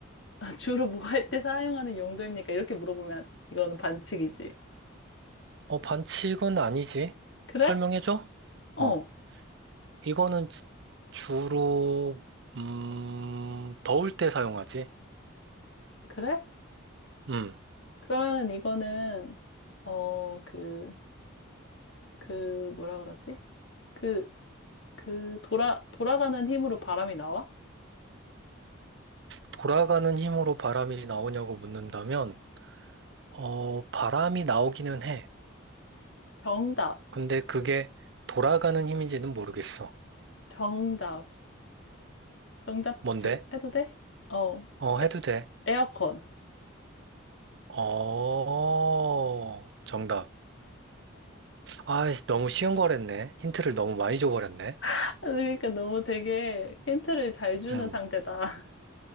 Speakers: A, on the left; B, on the right.
A: <laughs> 주로 뭐 할 때 사용하는 용도입니까? 이렇게 물어보면 이거는 반칙이지.
B: 어, 반칙은 아니지.
A: 그래?
B: 설명해줘? 어,
A: 어,
B: 이거는 지- 주로, 음, 더울 때 사용하지.
A: 그래?
B: 음,
A: 그러면은 이거는, 어, 그, 그, 뭐라 그러지? 그, 그, 돌아, 돌아가는 힘으로 바람이 나와?
B: 돌아가는 힘으로 바람이 나오냐고 묻는다면, 어, 바람이 나오기는 해.
A: 정답.
B: 근데 그게 돌아가는 힘인지는 모르겠어.
A: 정답. 정답
B: 뭔데?
A: 지금 해도 돼? 어.
B: 어,
A: 에,
B: 해도 돼.
A: 에어컨.
B: 어, 정답. 아, 너무 쉬운 거랬네. 힌트를 너무 많이 줘버렸네.
A: <laughs> 그러니까 너무 되게 힌트를 잘 주는
B: 음,
A: 상대다.